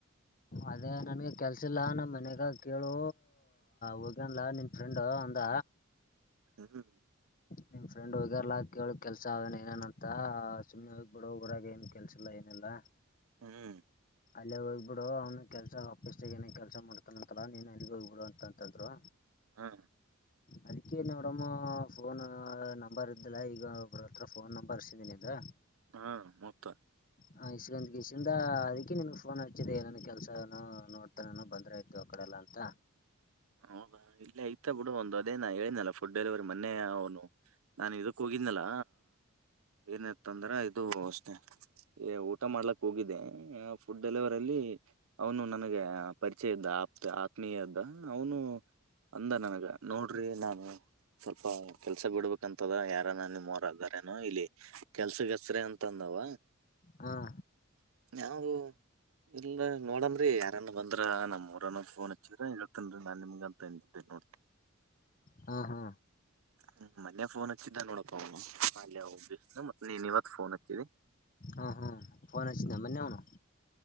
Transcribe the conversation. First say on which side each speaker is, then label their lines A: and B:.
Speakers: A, on the left; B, on the right.
A: ಅದೇ ನನ್ಗೆ ಕೆಲ್ಸಿಲ್ಲ ನಮ್ಮ ಮನೆಗ ಕೇಳು ಹೋಗ್ಯನಲ ನಿನ್ ಫ್ರೆಂಡ್ ಅಂದ
B: ಹ್ಮ
A: ನಿನ್್ ಫ್ರೆಂಡ್ ಹಗಲ್ಲಾ ಕೇಳಕ್ ಕೆಲ್ಸ ಅವೇನ್ ಏನೇನಂತ ಸುಮ್ಮ್ನೆ ಬಡರಾಗ ಏನ್ ಕೆಲ್ಸ ಇಲ್ಲ ಏನಾ ಇಲ್ಲ
B: ಹ್ಮ್
A: ಅಲ್ಲ ಹೋಗ್ಬಿಡು ಅವ್ನು ಕೆಲ್ಸ ಆಫಪೀಸ್ಾಗ ಏನ ಕೆಲಸ ಮಾಡ್ತಾನ ಅಂತಲಾ ನೀನ್ ಅಲ್ಲಿಗೆ ಹೋಗ್ಬಿಡು ಅಂತಂತಂದ್ರು
B: ಹಾ
A: ಅದಕ್ಕೆ ನೋಡಮ್ಮ ಫೋನ್ ನಂಬರ್ ಇದ್ದಲ್ಲ ಈಗ ಒಬ್್ರ ಹತ್ರ ಫೋನ್ ನಂಬರ್ ಇಸಿದೀನಿ ಅ
B: ಹಾ ಮೊತ್ತ
A: ಹ ಇಸಗಂದ ಕೆಸಿಂದ ಅದಕೆ ಿ ನಿನ್ಗ್ ಫೋನ್ ಹಚ್ಚಿದೆ ಏನನ್ ಕೆಲ್ಸಾನ ನೋಡ್ತಾನಾನ ಬಂದ್ರಾಯ್ತು ಅಕಡೆಲ್ಲಾ ಅಂತ
B: ಹಾ ಇಲ್ಲೇ ಐತ ಬಿಡು ಒಂದು ಅದೇನ ಹೇಳನಲ್ಲ ಫುಡ್ ಡೆಲಿವರಿ ಮೊನ್ನೆ ಅವನು ನಾನು ಇದಕ್ ಹೋಗಿದ್ನಲ್ಲ ಏನತ್ತ ಅಂದ್ರ ಇದು ಅಷ್ಟೆ ಏ ಊಟ ಮಾಡ್ಲಕ್ ಹೋಗಿದೆ ಫುಡ್ ಡೆಲಿವರಿ ಅಲ್ಲಿ ಅವನು ನನಗೆ ಪರಿಚಯ ಇದ್ದ ಆಪ್ ಆತ್ಮೀಯ ಇದದ್ದ ಅವನು ಅಂದ ನನಗ ನೋಡ್ ನಡ್ರಿ ನಾನು ಸ್ವಲ್ಪ ಕೆಲ್ಸ ಬಿಡ್ಬೇಕಂತದ ಯಾರ ನ ಮೋರಾರೇನು ಇಲ್ಲಿ ಕೆಲ್ಸ ಹೆಸ್ರ ಅಂತ ತಂದವಾ
A: ಹಾಂ
B: ನಾವವು ಇಲ್ಲ ನೋಡನ್್ರರಿ ಯಾರನ್ ಬಂದ ಅ್ರ ನಮ್ಮ್ಊರನ್ನೋ ಅವರ ಫೋನ್ ಹಚ್ಚಿದ್ರ <unintelligible> ತನ್ರಿ ನಾನ್ ನಿಮ್ಗ ಅಂತ್ ತಂದಿದ್ದೇ ನೋಡ್ರೀ
A: ಹಾ ಹಾ
B: ಹ್ಮ್ ಮನ್ನೆ ಫೋನ್ ಹಚ್ಚಿದ್ದ ನೋಡಪ್ಪ ಅವ್ನು ಅಲ್ಲೆಒಬ್ <inaudible> ಮತ್ತ್ ನೀನ್ ಇವತ್ ಫೋನ್ ಹಚ್ಚಿದ್ದಿ.
A: ಹ್ಮ್ ಹ್ಮ್್ ಫೋನ್ ಹಚ್ಚಿದ್ನ ಮೋನ್ನೆ ಅವ್ನು.